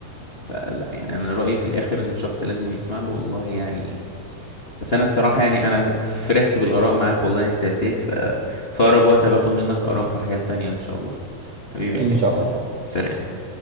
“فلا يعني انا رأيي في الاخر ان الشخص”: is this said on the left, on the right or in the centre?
Left